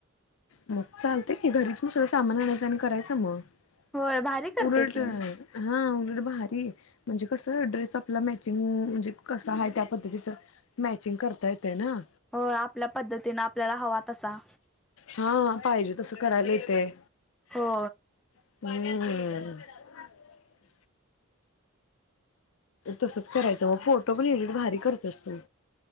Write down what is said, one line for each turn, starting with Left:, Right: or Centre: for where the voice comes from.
Left: मग चालतय की, घरीच मग सगळं सामान आणायचं आणि करायचं मग-
Centre: होय भारी करते
Left: उलट,
Centre: ती
Left: हा. उल- भारी. म्हणजे कस? ड्रेस आपला मॅचिंग म्हणजे कसा आहे त्या पद्धतीच मॅ- चिंग करता येतए ना?
Centre: होय. आपल्या पद्धतीने आपल्याला हवा तसा.
Left: हा पाहिजे तसं करायला येतय.
Centre: हो.
Left: <unintelligible> तसच करायचं मग, फोटो पण एडिट भारी करतेस तू.